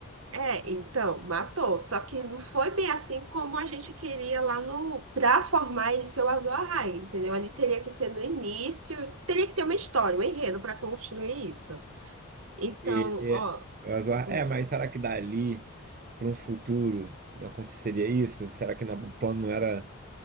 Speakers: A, on the right (about 80°); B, on the right (about 40°).
A: É, então, matou. Só que não foi bem assim como a gente queria lá no pra formar ele ser o Azor Ahai, entendeu? Ele teria que ser no início, teria que ter uma história, um enredo pra construir isso. Então,
B: Ele
A: ó,
B: é, mas eu- é,
A: hum.
B: mas será que dali para um futuro não aconteceria isso? Será que na- o plano não era, não